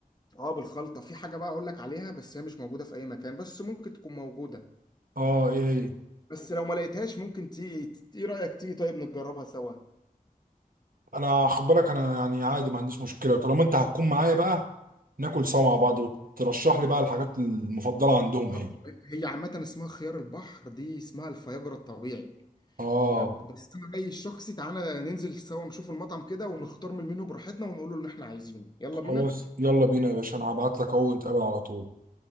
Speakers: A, on the left (about 25°); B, on the right (about 70°).
A: اه بالخلطه في حاجه بقى اقول لك عليها بس هي مش موجوده في اي مكان بس ممكن تكون موجوده
B: اه ايه إيه.
A: بس لو ما لقيتهاش ممكن تيجي ايه رايك تيجي طيب نجربها سوا
B: انا خد بالك انا يعني عادي ما عنديش مشكله وطالما انت هتكون معايا بقى ناكل سوا مع بعض وترشح لي بقى الحاجات المفضله عندهم ايه
A: طب هي عامه اسمها خيار البحر دي اسمها الفياجرا الطبيعي
B: اه
A: آه، بس انا رايي الشخصي تعالى ننزل سوا نشوف المطعم كده ونختار من المنيو براحتنا ونقول له اللي احنا عايزينه يلا
B: خلاص
A: بينا
B: يلا بينا يا باشا انا هبعت لك اهو نتقابل على طول